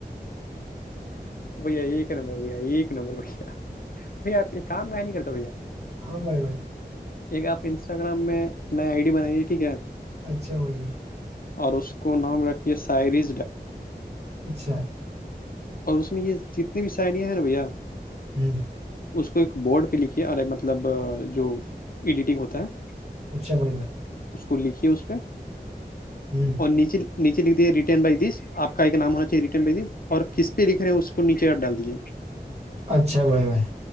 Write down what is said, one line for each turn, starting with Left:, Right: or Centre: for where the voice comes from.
Left: بھیا ایک نمبر بھیا ایک نمبر بھیا بھ آپ یہ کام نہیں نہیں کرتا بھیا
Right: ہاں بے بھائی
Left: ایک آپ انسٹاگرام میں نیا آئی ڈی بنائیے ٹھیک ہے
Right: اچھا بڑے بھائی
Left: اور اس کو نام رکھ یہ ساعری
Right: اچھا
Left: اور اس میں یہ جتنی بھی سائڈیاں ہیں نا بھیا
Right: ہوں
Left: اس کو ایک بورڈ پہ لکے ارے مطلب جو ایڈیٹنگ ہوتا ہے
Right: اچھا بڑے بھائی
Left: اس کو لکھیے اس پہ
Right: ہوں
Left: اور نیچے نیچے لکھ دییا رٹن بائی دس آپ کا ایک نام ہونا چاہیے ریٹرن بائی دس اور کس پہ دکھ رہے اس کو نیچے ہ ڈال دیجے
Right: اچھا بھے بھائی